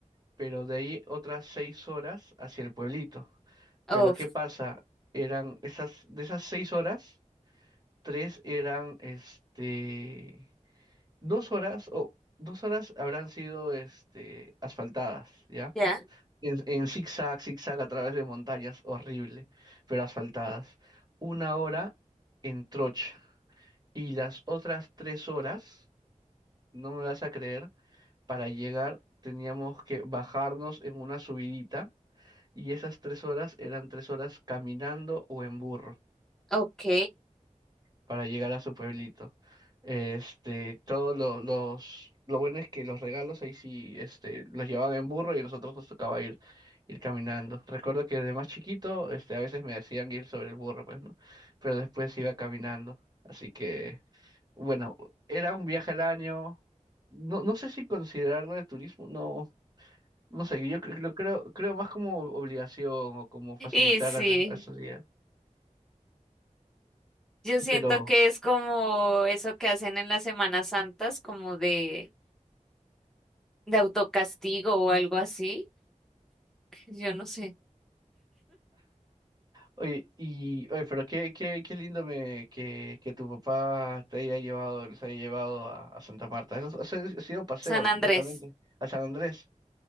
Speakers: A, on the right; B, in the centre.
A: pero de ahí otras seis horas hacia el pueblito. Pero
B: oh,
A: ¿qué pasa? Eran esas, de esas seis horas, tres eran este Dos horas o dos horas habrán sido este, asfaltadas, ¿ya?
B: ya,
A: En, en zigzag, zigzag a través de montañas, horrible, pero asfaltadas. Una hora en trocha. Y las otras tres horas, no me vas a creer, para llegar teníamos que bajarnos en una subidita. Y esas tres horas eran tres horas caminando o en burro.
B: ok.
A: para llegar a su pueblito. Este, todos lo- los, lo bueno es que los regalos ahí sí, este, los llevaban en burro y a nosotros nos tocaba ir, ir caminando. Recuerdo que de más chiquito, este, a veces me decían ir sobre el burro, pues, ¿no? Pero después iba caminando. Así que, bueno, era un viaje al año. No, no sé si considerarlo de turismo, no, no sé, yo cre- lo creo, creo más como obligación o como facilitar
B: Y sí,
A: a la, a la sociedad.
B: yo siento
A: Pero
B: que es como eso que hacen en las Semanas Santas, como de de autocastigo o algo así. Yo no sé.
A: Oye, y, oye, pero qué, qué, qué lindo me, que, que tu papá te haya llevado, los haya llevado a, a Santa Marta. Eso, eso ha sido paseo,
B: San Andrés.
A: netamente, a San Andrés.